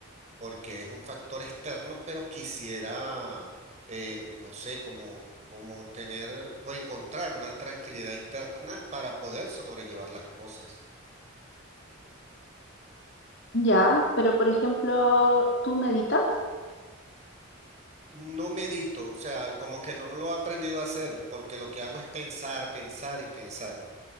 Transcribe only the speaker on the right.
porque es un factor externo, pero quisiera, eh, no sé, como, como tener o encontrar una tranquilidad interna para poder sobrellevar las cosas.
No medito, o sea, como que no lo he aprendido a hacer, porque lo que hago es pensar, pensar y pensar.